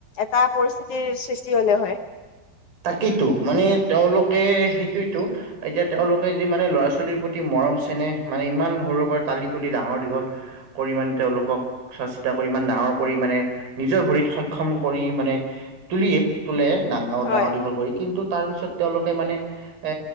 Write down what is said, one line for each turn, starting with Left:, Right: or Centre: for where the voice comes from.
Left: এটা পৰিস্থিতিৰ সৃষ্টি হ'লে হয়।
Right: তাকেতো মানে তেওঁলোকে সেইটোৱেতো। এতিয়া তেওঁলোকে যি মানে ল'ৰা ছোৱালীৰ প্ৰতি মৰম চেনেহ মানে ইমান সৰুৰ পৰা তালি তুলি ডাঙৰ দীঘল। কৰি মাণে তেওঁলোকক। চোৱা চিতা কৰি ইমান ডাঙৰ কৰি মানে নিজৰ ভৰিত সক্ষম কৰি মানে। তুলিয়ে তোলে ডাঙৰ
Left: হয়
Right: ডাঙৰ দীঘল কৰি কিন্তু তাৰ পিছত তেওঁলোকে মানে। এ